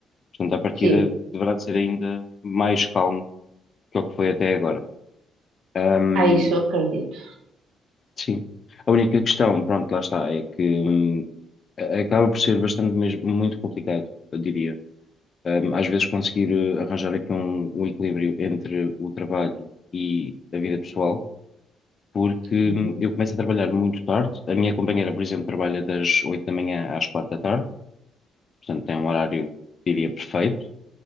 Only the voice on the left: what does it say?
portanto, à partida
deverá de ser ainda mais calmo que o que foi até agora. Ahm,
sim. A única questão, pronto, lá está, é que hum, acaba por ser bastante mesmo, muito complicado, eu diria Um, às vezes conseguir eh, arranjar aqui um, um equilíbrio entre o trabalho e a vida pessoal, porque
hum, eu começo a trabalhar muito tarde. A minha companheira, por exemplo, trabalha das 8 da manhã às 4 da tarde, portanto tem um horário, diria, perfeito.